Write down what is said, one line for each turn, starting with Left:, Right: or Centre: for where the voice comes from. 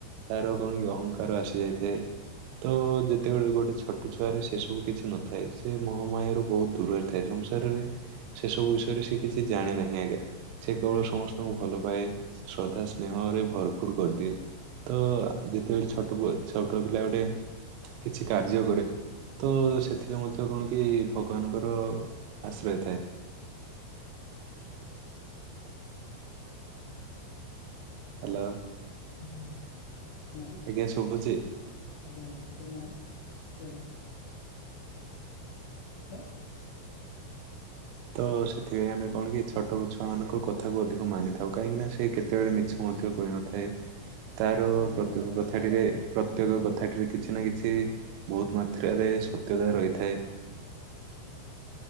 Right: ତାର କଣ କି ଅହଙ୍କାର ଆସିଯାଇଥାଏ ତ ଯେତେବେଳେ ଗୋଟେଛଟ ଛୁଆରେ ସେ ସବୁ କିଛି ନଥ ଥାଏ ସେ ମୋହମାୟାରୁ ବହୁତ ଦୂରରେ ଥାଏ ସଂସାରରେ ସେ ସବୁ ବିଷୟରେ ସେ କିଛି ଜାଣେ ନାହିଁ ଆଜ୍ଞା ସେ କେବଳ ସମସ୍ତଙ୍କୁ ଭଲ ପାଏ ଶ୍ରଦ୍ଧା ସ୍ନେହରେ ଭରପୁର କରିଦିଏ ତ ଯେତେବେଳେ ଛୋଟ ଛୋଟ ପିଲା ଗୋଟେ କିଛି କାର୍ଯ୍ୟ କରେ ତ ସେଥିରେ ମଧ୍ୟ କଣ କି ଭଗବାନଙ୍କର ଆଶ୍ରୟ ଥାଏ ହ୍ୟାଲୋ
Left: ଉ ହୁ ନାରୀ
Right: ଆଜ୍ଞା ଶୁଭୁଛି?
Left: ଆଜ୍ଞା ଆଜ୍ଞା କହୁନାହାନ୍ତି କୁହନ ହ
Right: ତ ସେଥିପାଇଁ ଆମେ କଣ କି ଛୋଟ ଛୁଆ ମାନଙ୍କ କଥାକୁ ଅଧିକ ମାନିଥାଉ କାହିଁକି ନା ସେ କେ ତେଳେ ମିଛ ମଧ୍ୟ କହିନଥାଏ ତାର
Left: ନାଇଁ ଭାଇ
Right: ପ୍ରତ୍ୟେକ
Left: ସେଇ କଥା
Right: କଥାଟିରେ
Left: କହିଲେ
Right: ପ୍ରତ୍ୟେକ କଥାଟିରେ କିଛି ନା କିଛି କି ବହୁତ ମାତ୍ରାରେ ସତ୍ୟତା ରହିଥାଏ